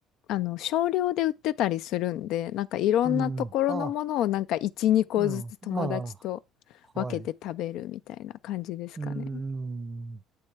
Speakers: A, on the left; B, on the right.
A: あの、少量で売ってたりするんで、なんかいろんなところのものをなんか1、
B: うん、あ、
A: 2個ずつ友達と
B: うん、あ、はい。
A: 分けて食べるみたいな感じですかね。
B: うん。